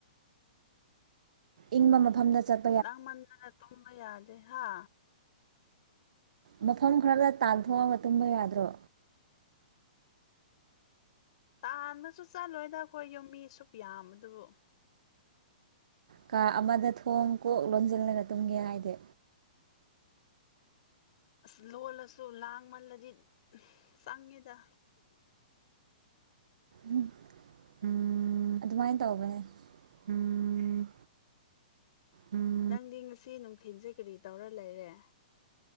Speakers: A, on the right; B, on the left.
A: ꯏꯪꯕ ꯃꯐꯝꯗ ꯆꯠ
B: ꯂꯥꯡꯃꯟꯗꯅ ꯇꯨꯝꯕ ꯌꯥꯗꯦ ꯍꯥ
A: ꯃꯐꯝ ꯈꯔꯗ ꯇꯥꯟꯊꯣꯛꯑꯒ ꯇꯨꯝꯕ ꯌꯥꯗ꯭ꯔꯣ
B: ꯇꯥꯟꯕꯁꯨ ꯆꯠꯂꯣꯏꯗ ꯑꯩꯈꯣꯏ ꯌꯨꯝꯃꯤ ꯁꯨꯞ ꯌꯥꯝꯕ ꯗꯨꯕꯨ
A: ꯀꯥ ꯑꯃꯗ ꯊꯣꯡ ꯀꯣꯛ ꯂꯣꯟꯁꯤꯜꯂꯒ ꯇꯨꯝꯒꯦ ꯍꯥꯏꯗꯤ
B: ꯑꯁ ꯂꯣꯜꯂꯁꯨ ꯂꯥꯡꯃꯜꯂꯗꯤ ꯆꯪꯉꯦꯗ
A: ꯎꯝ ꯎꯝ ꯑꯗꯨꯃꯥꯏꯟ ꯇꯧꯕꯅꯦ ꯎꯝ ꯎꯝ
B: ꯅꯪꯗꯤ ꯉꯁꯤ ꯅꯨꯡꯊꯤꯟꯁꯦ ꯀꯔꯤ ꯇꯧꯔ ꯂꯩꯔꯦ